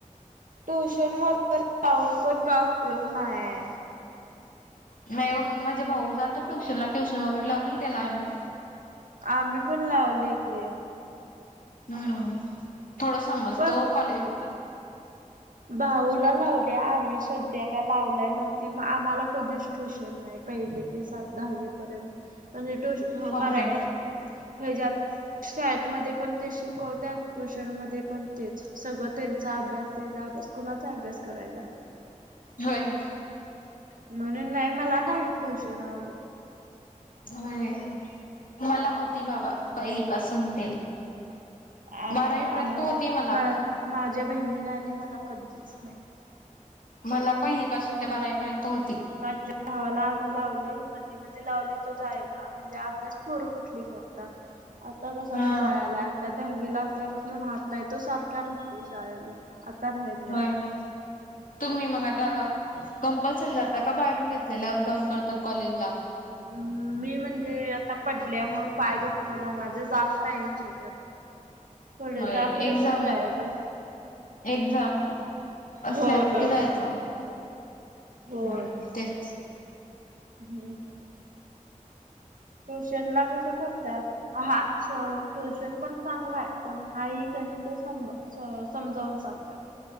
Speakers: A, on the right; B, on the left.
A: ट्युशन म जाऊन पण काय उपयोग नाही.
B: नय हो माझे भाऊ जातो. ट्युशनला ट्युशन वगैरे लावली त्याला आम्ही.
A: आम्ही, ! पण लावली की
B: हम्म, ! थोडं समजतहो
A: पण
B: कॉलेज
A: भाऊला लावले आम्ही सध्या काय लावलाय नव्हती मग आम्हाला कधीच ट्यूशन नाही. पहिली ते सात दहावी पर्यंत म्हणजेो ट्युशन
B: बापरे
A: मराठी हच्यात <inaudible> शाळेत मध्ये, पण ते शिकवतात ट्युशन मध्ये, पण तेच सगळं त्यांचा अभ्यास. त्या अभ्यास कुणाचा अभ्यास करायला.
B: व्हहोय.
A: म्हणून नाही मला नाही ट्युशन आवडत.
B: व्हय मला होती बाबा पहिलीपासून ते,
A: आम्ही
B: बारावी पर्यंत
A: आम्हाला
B: होती मला
A: माझ्या बहिणीला आणि मला कधीच नाही.
B: मला पहिलीपासून ते बारावीपर्यंत होती.
A: माझ्या भावाला आम्ही लावली मधी मधी लावली तो जाय ना, म्हणजे अभ्यास पोर कुठली करतात आता का शाळेत
B: हा
A: जायला. दहावीला असल्यापासून राहत नाही, तो सारखा राहतोय शाळेला. राहत नाही.
B: होय... तुम्ही मग आता कंपल्सरी जाता का बाहेरून घेतलेलं अपडाऊन करता कॉलेजला.
A: हम्, मी म्हणजे आता पडल्यामुळे पाय दुखतो ना माझं जात नाही मी. पुढ,
B: होय
A: जा पुढे
B: एक्झामला
A: पुढे जायचं.
B: एक्झाम असल्यावर
A: होय
B: कुठे जायचं?
A: होय
B: हम्म तेचं.
A: हम्म, हम्म, ट्युशन ला कसं करतात. हा ट्युशन पण चांगला आहे पण हा गणित तर संभ.. स समजावून सांगत्यात